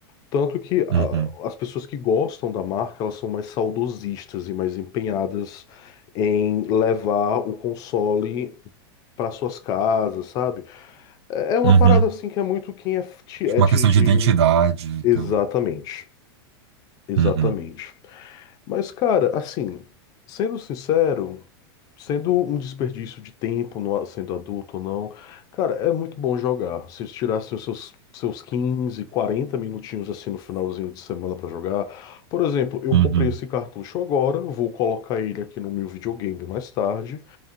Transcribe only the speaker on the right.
Uhum.
Uhum.
Tipo, Uma
questão
de identidade, então.
Uhum.
Uhum.